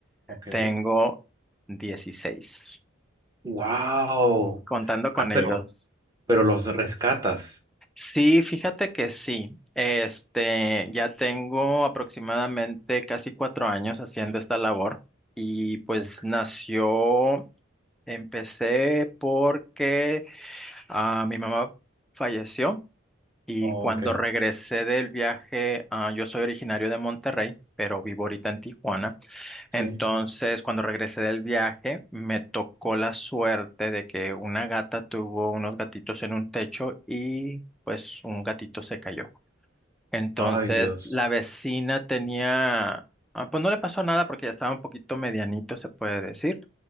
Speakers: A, on the right; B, in the centre.
A: Ok.
B: Tengo 16.
A: Wow.
B: Contando con
A: Ah,
B: ellos.
A: pero, pero los rescatas.
B: Sí, fíjate que sí. Este, ya tengo aproximadamente casi cuatro años haciendo esta labor y pues
A: Ok,
B: nació, empecé porque ah, mi mamá falleció y
A: Ok,
B: cuando regresé del viaje, ah, yo soy originario de Monterrey, pero vivo ahorita en Tijuana.
A: sí.
B: Entonces, cuando regresé del viaje, me tocó la suerte de que una gata tuvo unos gatitos en un techo y pues un gatito se cayó. Entonces,
A: Ay, Dios.
B: la vecina tenía, ah, pues no le pasó nada porque ya estaba un poquito medianito, se puede decir,